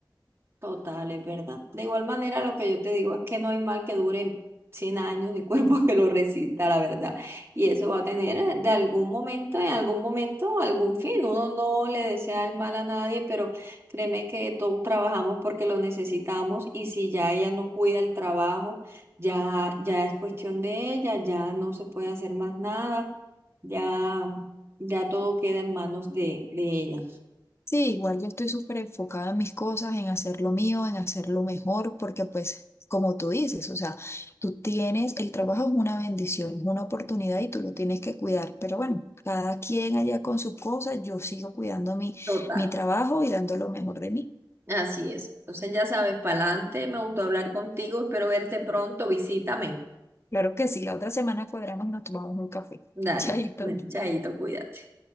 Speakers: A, on the right; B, on the left.
A: Total, es verdad. De igual manera, lo que yo te digo es que no hay mal que dure 100 años ni <laughs> cuerpo que lo resista, la verdad. Y eso va a tener eh, de algún momento, en algún momento, algún fin. Uno no le desea el mal a nadie, pero créeme que todos trabajamos porque lo necesitamos y si ya ella no cuida el trabajo, ya, ya es cuestión de ella, ya no se puede hacer más nada, ya, ya todo queda en manos de, de ella.
B: Sí, igual yo estoy súper enfocada en mis cosas, en hacer lo mío, en hacerlo mejor, porque pues, como tú dices, o sea, tú tienes, el trabajo es una bendición, es una oportunidad y tú lo tienes que cuidar, pero bueno, cada quien allá con sus cosas, yo sigo cuidando mi,
A: Total.
B: mi trabajo y dando lo mejor de mí.
A: Así es. Entonces ya sabes, pa'lante, me gustó hablar contigo, espero verte pronto, visítame.
B: Claro que sí, la otra semana cuadramos y nos tomamos un café.
A: Dale,
B: <laughs> Chaito.
A: bueno, chaito, cuídate.